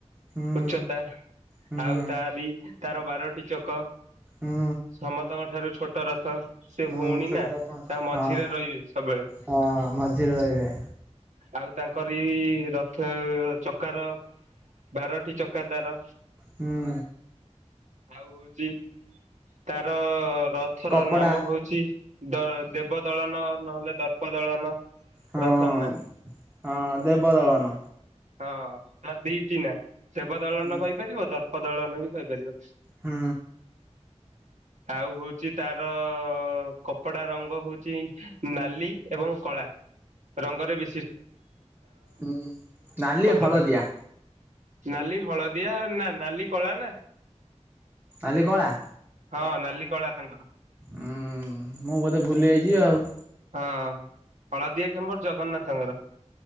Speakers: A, on the right (about 15°); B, on the right (about 85°).
A: ହୁଁ
B: ଉଚ୍ଚତା
A: ହୁଁ
B: ଆଉ ତାରି ତାର ବାରଟି ଚକ।
A: ହୁଁ
B: ସମସ୍ତଙ୍କ ଠାରୁ ଛୋଟ ଅଟ ରଥ। ସେ
A: ହୁଁ
B: ଭଉଣୀ
A: ଛୋଟ
B: ନା
A: ରଥ
B: ତାଙ୍କ ମଝିରେ
A: ହଁ
B: ରହିବେ ସବୁବେଳେ।
A: ହଁ ମଝିରେ ରହିବେ
B: ଆଉ ତାଙ୍କରଇ ରଥ ଚକାର ର ବାରଟି ଚକା ଦ୍ୱାରା
A: ହୁଁ
B: ଆଉ ହଉଚି ତାର ରଥ
A: କପଡ଼ା
B: ର ନାମ ହଉଛି ଦ ଦେବ ଦଳନ ନହେଲେ ଦର୍ପ ଦଳନ
A: ହଁ
B: ରଥନ୍ ନାଥ
A: ହଁ ଦେବ ଦଳନ।
B: ହଁ। <unintelligible> ଦେବ ଦଳନ
A: ହୁଁ।
B: କହିପାରିବ ଦର୍ପ ଦର୍ପ ଦଳନ ବି କହିପାରିବ
A: ହୁଁ।
B: ଆଉ ହଉଛି ତାର କପଡା ରଙ୍ଗ ହଉଛି ନାଲି ଏବଂ କଳା ରଙ୍ଗରେ ବି
A: ହୁଁ ନାଲି
B: ପତାକା
A: ହଳଦିଆ।
B: ନାଲି ହଳଦିଆ ନା ନାଲି କଳା ନା <unintelligible>
A: ଅଲିିକଳା।
B: ହଁ ନାଲି କଳା ଆ ତାଙ୍କର
A: ହୁଁ ମୁଁ ବୋଧେ ଭୁଲି ଯାଇଛିିବ ଆଉ।
B: ହଁ। ହଳଦିଆ କେମ୍ବର ଜଗନ୍ନାଥଙ୍କର।